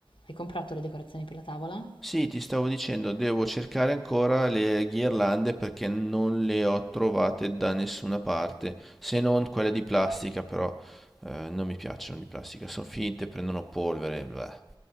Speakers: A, on the left; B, in the centre.
A: hai comprato le decorazioni per la tavola?
B: Sì, ti stavo dicendo, devo cercare ancora le ghirlande perché non le ho trovate da nessuna parte, se non quelle di plastica, però eh, non mi piacciono di plastica, sono finte, prendono polvere, bla.